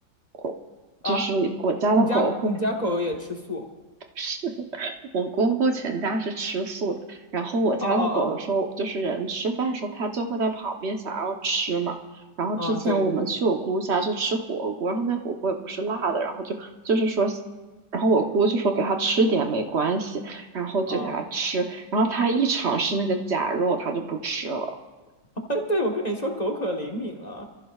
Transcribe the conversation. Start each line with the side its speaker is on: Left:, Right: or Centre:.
Right: 我就是我家的狗会
Left: 啊，你家你家狗也吃素？
Right: <laughs> 我姑姑全家是吃素的，然后我家的狗有时候就是人吃饭的时候，
Left: 哦哦哦
Right: 它就会在旁边想要吃嘛。然后之前我们去我姑姑家就吃火锅，
Left: 嗯，对，
Right: 然后那火锅也不是辣的，然后就就是说，然后我姑就说给它吃点没关系，然后就给它吃，
Left: 啊，
Right: 然后它一尝试那个假肉，它就不吃了。
Left: <laughs> 对，我跟你说，狗可灵敏了。